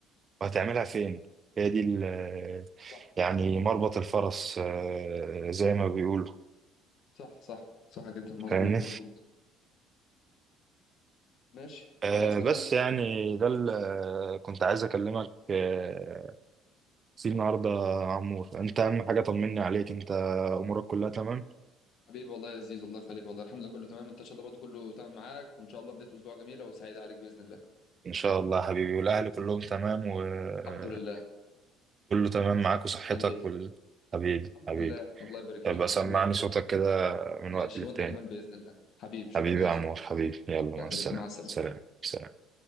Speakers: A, on the right; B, on the left.
A: وهتعملها
B: اه
A: فين هي دي ال-
B: صح
A: يعني مربط الفرس آه، زي ما بيقولوا
B: صح صح صح جدا مظبوط
A: فاهمني
B: مظبوط ماشي
A: آه
B: خلاص تمام
A: بس يعني ده اللي كنت عايز اكلمك آه فيه النهارده يا عمور انت اهم حاجه طمني عليك انت امورك كلها تمام
B: حبيبي والله يا عزيز الله يخليك والله الحمد لله كله تمام انت ان شاء الله برضه كله تمام معاك وان شاء الله بدايه اسبوع جميله وسعيده عليك باذن الله
A: ان شاء الله يا حبيبي والاهل كلهم تمام وكله
B: الحمد لله
A: تمام معاك وصحتك
B: الله يخليك
A: وال... حبيبي
B: الحمد
A: حبيبي
B: لله الله يبارك فيك
A: ابقى سمعني
B: الله يحفظك
A: صوتك كده من
B: ماشي
A: وقت للتاني
B: وانت كمان باذن الله حبيبي شكرا
A: حبيبي
B: يا زيزو
A: يا عمور حبيبي يلا مع
B: الله يخليك
A: السلامه
B: مع السلامه
A: سلام سلام